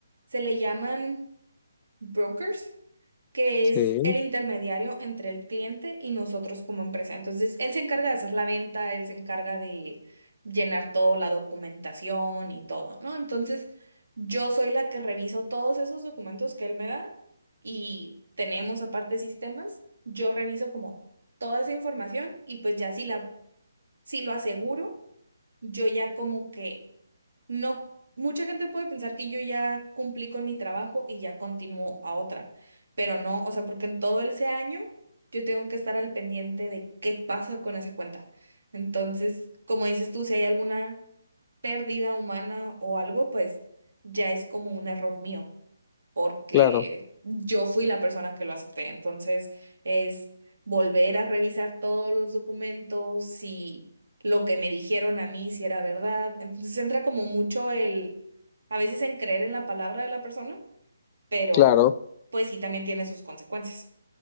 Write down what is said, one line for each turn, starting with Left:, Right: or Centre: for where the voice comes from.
Right: se le llaman brokers que es
Left: Sí,
Right: el intermediario entre el cliente y nosotros como empresa. Entonces, él se encarga de hacer la venta, él se encarga de llenar toda la documentación y todo, ¿no? Entonces, yo soy la que reviso todos esos documentos que él me da y tenemos aparte sistemas, yo reviso como toda esa información y pues ya si la, si lo aseguro yo ya como que no, mucha gente puede pensar que yo ya cumplí con mi trabajo y ya continúo a otra, pero no, o sea, porque en todo ese año yo tengo que estar al pendiente de qué pasa con esa cuenta. Entonces, como dices tú, si hay alguna pérdida humana o algo, pues ya es como un error mío porque
Left: claro,
Right: yo fui la persona que lo acepté. Entonces es volver a revisar todos los documentos, si lo que me dijeron a mí si era verdad. Entonces entra como mucho el, a veces en creer en la palabra de la persona, pero
Left: claro.
Right: pues sí también tiene sus consecuencias.